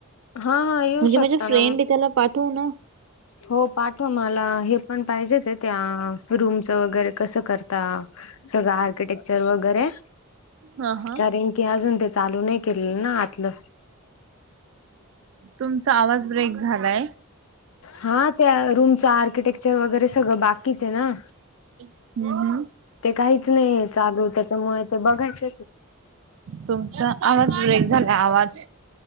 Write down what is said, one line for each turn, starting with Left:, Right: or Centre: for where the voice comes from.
Left: हा हा येऊ
Right: म्हणजे
Left: शकता
Right: माझ्या फ्रेंड
Left: ना
Right: आहे त्याला पाठव ना
Left: हो पाठवा मला हे पण पाहिजेच आहे त्या रूमचं वगैरे कसं करता सगळं आर्किटेक्चर वगैरे
Right: हा हा
Left: कारण की अजून ते चालू नाही केलेलं ना आतलं
Right: तुमचा आवाज ब्रेक झालाय
Left: हा त्या रूमच आर्किटेक्चर वगैरे सगळं बाकीच आहे ना
Right: हम्म हम्म
Left: ते काहीच नाही चालू त्याच्यामुळे ते बघायच
Right: तुमचा आवाज ब्रेक झाला आवाज.